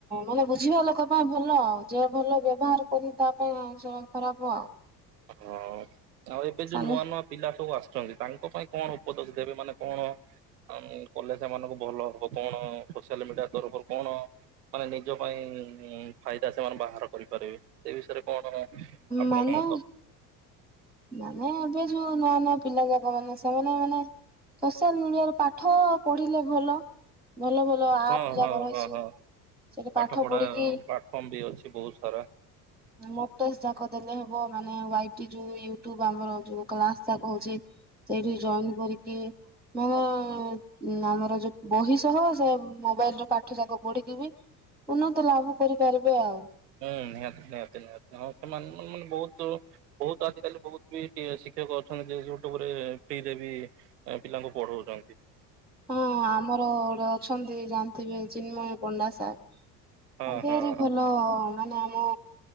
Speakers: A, in the centre; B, on the right (about 75°).
A: ମାନେ ବୁଝିବା ଲୋକ ପାଇଁ ଭଲ ଆଉ ଯେ ଭଲ ବ୍ୟବହାର କରନି ତା ପାଇଁ ଖରାପ ଆଉ।
B: ହଁ ଆଉ ଏବେ
A: ସାନ
B: ଯୋଉ ନୂଆ ନୂଆ ପିଲା ସବୁ ଆସୁଛନ୍ତି ତାଙ୍କ ପାଇଁ କଣ ଉପଦେଶ ଦେବେ ମାନେ କଣ ଆ କଲେ ସେମାନଙ୍କୁ ଭଲ ହବ କଣ ସୋସିଆଲ ମିଡିଆ ତରଫରୁ କଣ? ମାନେ ନିଜ ପାଇଁ ଫାଇଦା ସେମାନେ ବାହାର କରିପାରିବେ। ସେଇ ବିଷୟରେ କଣ ଆପଣଙ୍କ
A: ମାନେ
B: ମତ?
A: ମାନେ ଏବେ ଯୋଉ ନୂଆ ନୂଆ ପିଲା ଯାକ ମାନେ ସେମାନେ ମାନେ ସୋସିଆଲ ମିଡିଆରେ ପାଠ ପଢ଼ିଲେ ଭଲ। ଭଲ ଭଲ ଆପ
B: ହଁ
A: ଯାକ
B: ହଁ
A: ରହିଛି।
B: ହଁ ହଁ
A: ସେଠି
B: ପାଠ ପଢ଼ା
A: ପଢିକି
B: ପ୍ଲାଟଫର୍ମ ବି ଅଛି ବହୁତ ସାରା।
A: ମୋକ ଟେଷ୍ଟ ଯାକ ଦେଲେ ହେବ ମାନେ ୱାଟି ଯୋଉ ୟୁ ଟୁ ବ ଆମର ଯୋଉ କ୍ଲାସଟା କହୁଛି ସେଇଠି ଜଏନ୍ କରିକି ମାନେ ଉଁ ଆମର ଯୋଉ ବହି ସହ ସେ ମୋବାଇଲରେ ପାଠ ଯାକ ପଢ଼ିକି ବି ଉନ୍ନତ ଲାଭ କରିପାରିବେ ଆଉ।
B: ହୁଁ ନିହାତି ନିହାତି ନିହାତି ହଁ ସେମାନେ ମାନେ ବହୁତୁ ବହୁତ ଆଜିକାଲି ବହୁତ ବି ଶିକ୍ଷକ ଅଛନ୍ତି ଯେ ୟୁଟୁବରେ ଫ୍ରିରେ ବି ପିଲାଙ୍କୁ ପଢ଼ଉଛନ୍ତି।
A: ହଁ ଆମର ଗୋଟେ ଅଛନ୍ତି ଜାଣିଥିବେ ଚିନ୍ମୟ ପଣ୍ଡାସାର୍।
B: ହଁ
A: ଆ <unintelligible>
B: ହଁ
A: ଭଲ ମାନେ ଆମ